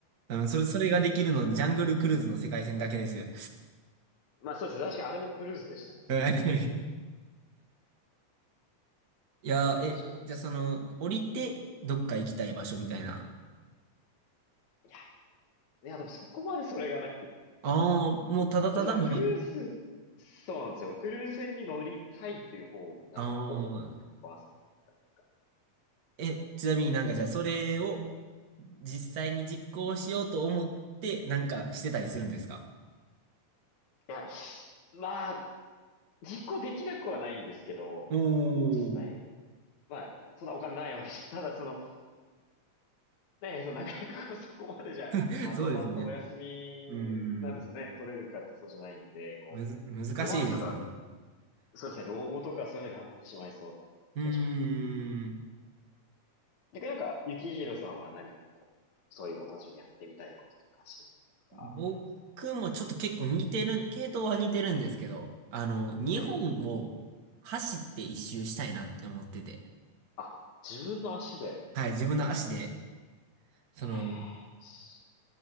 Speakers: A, on the right (about 35°); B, on the left (about 65°).
A: うん、それ、それができるの、ジャングルクルーズの世界線だけですよ。
B: まあそうです。確かにあれもクルーズでしたね、そういえば。
A: はいいやー、え、
B: そうです。
A: じゃあその、降りて、どっか行きたい場所みたいな。
B: いや、いやでもそこまでそれがなくって。
A: ああ、もうただただもう、
B: だからクルーズ、そうなんですよ。クルーズ船に乗りたいっていう方が、
A: あ
B: あの、ほぼ100%
A: あ、
B: って感ですかね。
A: え、ちなみになんかじゃあそれを、実際に実行しようと思って、なんかしてたりするんですか
B: いや、まあ、実行できなくはないんですけど、
A: おお
B: 実際。まあ、そんなお金ないわけじゃ、<laughs> ただその、ね、そのなかなかこうそこまでじゃ、
A: ー、
B: まとまったお休み
A: そうですね。うーん、
B: なんですよね。取れるかってそうじゃないんで、こう、
A: むず、難しいですね。
B: ここまで来たから、そうですね、老後とかそういうのになってしまいそうな気がします。
A: うーん。
B: 逆になんか、ゆきひろさんは何かこう、そういう同じようにやってみたいこととか、知りたいこととか、
A: 僕もちょっと結構似てる、
B: ありますか
A: 系統は似てるんですけど、あの、日本を
B: ええ。
A: 走って一周したいなって思ってて。
B: あ、自分の足で。
A: はい、自分の足で、その、
B: えーし